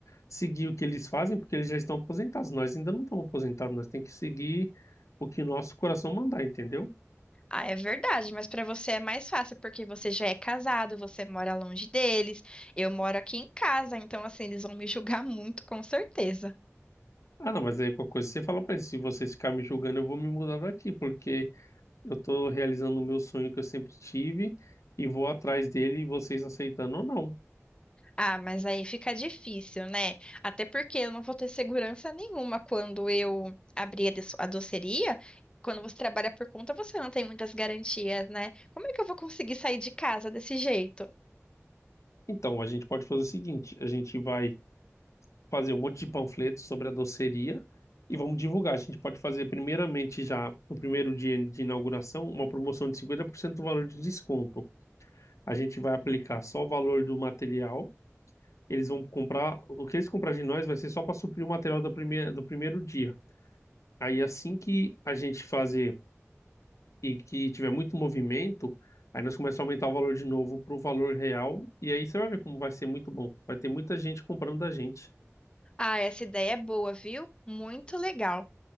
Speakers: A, on the left; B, on the left.
A: seguir o que eles fazem porque eles já estão aposentados. Nós ainda não estamos aposentados, nós temos que seguir o que o nosso coração mandar, entendeu?
B: Ah, é verdade, mas para você é mais fácil porque você já é casado, você mora longe deles, eu moro aqui em casa, então assim, eles vão me julgar muito, com certeza.
A: Ah, não, mas aí qualquer coisa você fala pra eles, se vocês ficarem me julgando, eu vou me mudar daqui, porque eu tô realizando o meu sonho que eu sempre tive e vou atrás dele, vocês aceitando ou não.
B: Ah, mas aí fica difícil, né? Até porque eu não vou ter segurança nenhuma quando eu abrir a de- a doceria. Quando você trabalha por conta, você não tem muitas garantias, né? Como é que eu vou conseguir sair de casa desse jeito?
A: Então, a gente pode fazer o seguinte, a gente vai fazer um monte de panfletos sobre a doceria e vamos divulgar. A gente pode fazer, primeiramente, já no primeiro dia de inauguração, uma promoção de 50% do valor de desconto. A gente vai aplicar só o valor do material. Eles vão comprar, o que eles comprar de nós vai ser só para suprir o material do primeiro, do primeiro dia. Aí, assim que a gente fazer e que tiver muito movimento, aí nós começamos a aumentar o valor de novo para o valor real. E aí você vai ver como vai ser muito bom. Vai ter muita gente comprando da gente.
B: Ah, essa ideia é boa, viu? Muito legal.